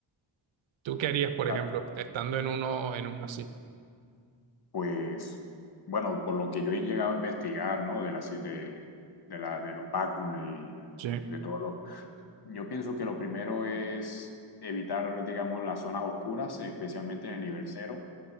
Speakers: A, on the right; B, on the left.
A: ¿Tú qué harías, por ejemplo,
B: Ah,
A: estando en uno, en uno así?
B: Pues, bueno, por lo que yo he llegado a investigar, ¿no? De la, si- de, de la, de los background y
A: Sí,
B: de todo lo... Yo pienso que lo primero es evitar, digamos, las zonas oscuras, especialmente en el nivel cero,